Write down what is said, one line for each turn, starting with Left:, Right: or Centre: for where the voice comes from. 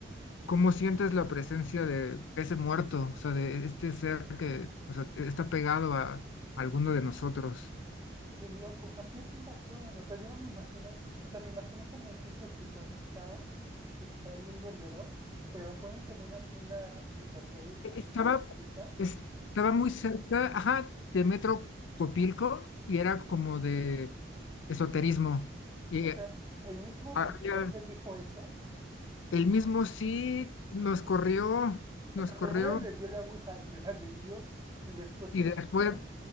Left: ¿Cómo sientes la presencia de ese muerto, o sea, de este ser que, o sea, está pegado a, alguno de nosotros?
Right: Qué loco. ¿A qué tienda fueron? O sea, yo no me imagino, o sea, me imaginé como un tipo supermercado y que ahí el vendedor, pero fueron como una tienda esotérica,
Left: Estaba,
Right: espiritista.
Left: estaba muy cerca, ajá, de Metro Copilco y era como de esoterismo. Y
Right: O
Left: eh,
Right: sea, el mismo
Left: había-
Right: vendedor les dijo eso
Left: el mismo sí nos corrió,
Right: O
Left: nos
Right: sea,
Left: corrió
Right: primero les dio la Ouija, se las vendió y después
Left: y
Right: los
Left: después,
Right: echó.